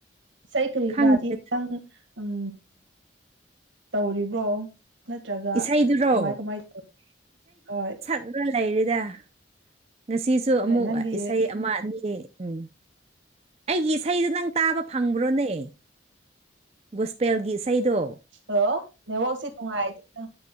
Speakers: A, on the right (about 75°); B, on the right (about 30°).
A: ꯏꯁꯩ ꯀꯔꯤ
B: ꯈꯪꯗꯦ
A: ꯀꯔꯥꯗꯤ ꯈꯤꯇꯪ꯫ ꯎꯝ ꯇꯧꯔꯤꯕꯣ꯫ ꯅꯠꯇ꯭ꯔꯒ
B: ꯏꯁꯩꯗꯨꯔꯣ
A: ꯀꯃꯥꯏ ꯀꯃꯥꯏ ꯇꯧ <unintelligible> ꯍꯣꯏ
B: <unintelligible> ꯂꯩꯔꯤꯗ ꯉꯁꯤꯁꯨ
A: ꯍꯣꯏ
B: ꯑꯃꯨꯛ
A: ꯅꯪꯒꯤ
B: ꯏꯁꯩ ꯑꯃꯑꯅꯤ ꯎꯝ ꯑꯩꯒꯤ ꯏꯁꯩꯗꯨ ꯅꯪ ꯇꯥꯕ ꯐꯪꯕ꯭ꯔꯣꯅꯦ ꯒꯨꯁꯄꯦꯜꯒꯤ ꯏꯁꯩꯗꯣ
A: <unintelligible> ꯅꯦꯠꯋ꯭ꯥꯔꯛꯁꯤ ꯅꯨꯉꯥꯏꯇꯦꯗ